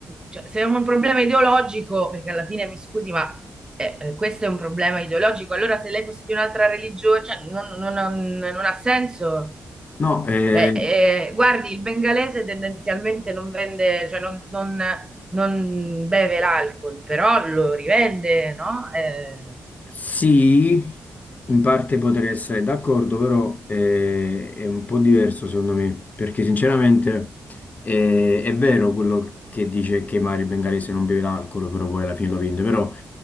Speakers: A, on the right (about 15°); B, on the left (about 35°).
A: cioè, se è un problema ideologico, perché alla fine mi scusi, ma eh, eh, questo è un problema ideologico, allora se lei fosse di un'altra religione, cioè, non non- non- non ha senso.
B: No, eh,
A: Cioè, eh, guardi, il bengalese tendenzialmente non vende, cioè non, non- non beve l'alcol, però lo rivende, no? Eh,
B: sì, in parte potrei essere d'accordo, però eh, è un po' diverso secondo me, perché sinceramente eh, è vero quello che dice che Mario Bengalese non beve l'alcol, però poi alla fine lo vende, però...